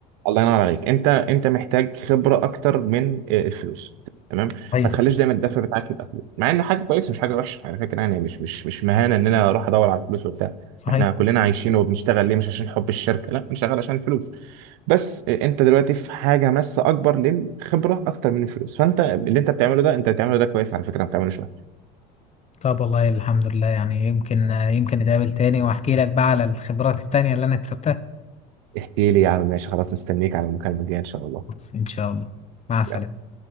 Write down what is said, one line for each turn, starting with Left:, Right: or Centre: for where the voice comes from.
Right: الله ينور عليك انت انت محتاج خبره اكتر من آه، الفلوس تمام
Left: صحيح
Right: ما تخليش دايما الدفع بتاعك يبقى فلوس مع انه حاجه كويسه مش حاجه وحشه على فكره يعني مش مش مش مهانه ان انا اروح ادور على الفلوس وبتاع
Left: صحيح
Right: احنا كلنا عايشين وبنشتغل ليه مش عشان حب الشركه لا بنشتغل عشان الفلوس بس آه، انت دلوقتي في حاجه ماسه اكبر للخبره اكتر من الفلوس فانت اللي انت بتعمله ده انت بتعمله ده كويس على فكره ما بتعملوش وحش
Left: طب والله الحمد لله يعني يمكن يمكن نتقابل تاني واحكي لك بقى على الخبرات التانية اللي انا كسبتها
Right: احكي لي يا عم ماشي خلاص مستنيك على المكالمه الجايه ان شاء الله
Left: بس ان شاء الله مع السلامه
Right: يلا